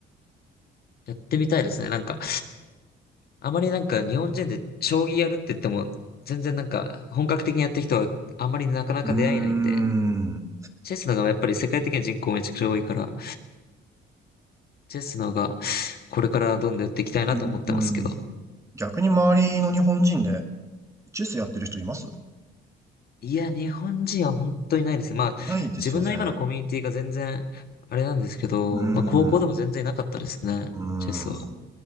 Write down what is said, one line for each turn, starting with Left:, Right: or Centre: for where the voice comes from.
Left: やってみたいですね。なんか、あまりなんか日本人で将棋やるって言っても、全然なんか本格的にやってる人はあんまりなかなか出会えないんで、
Right: ーん。
Left: チェスの方がやっぱり世界的な人口めちゃくちゃ多いから、チェスの方がこれからどんどんやっていきたいなと思ってますけど。
Right: うん。逆に周りの日本人でチェスやってる人いますい
Left: いや、日本人は本当にないですね。まあ、
Right: ないですよね。
Left: 自分の今のコミュニティが全然あれなんですけど、
Right: うん。
Left: まあ高校でも全然いなかったですね、
Right: うん。
Left: チェスは。